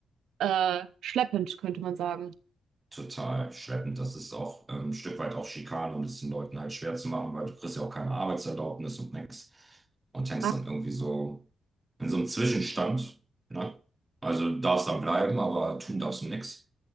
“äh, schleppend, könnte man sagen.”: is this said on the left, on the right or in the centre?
Right